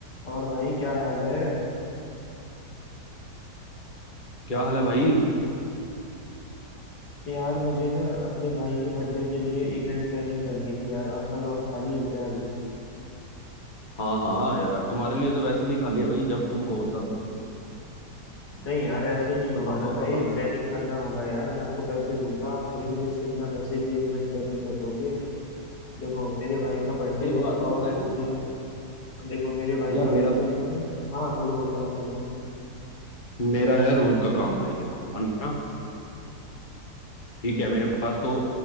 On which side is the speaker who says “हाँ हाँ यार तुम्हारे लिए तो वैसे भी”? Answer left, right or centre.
Left